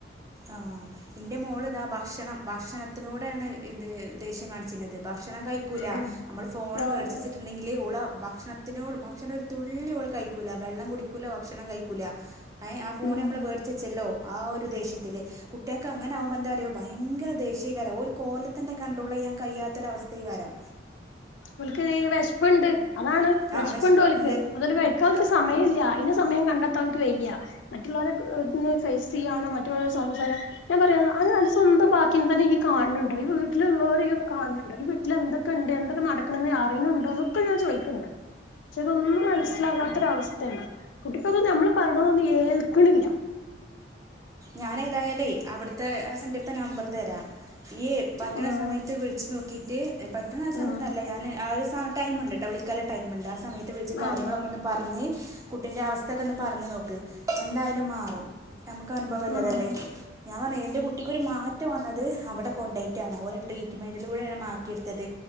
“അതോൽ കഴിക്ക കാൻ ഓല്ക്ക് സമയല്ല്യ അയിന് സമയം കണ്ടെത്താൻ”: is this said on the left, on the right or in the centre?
Left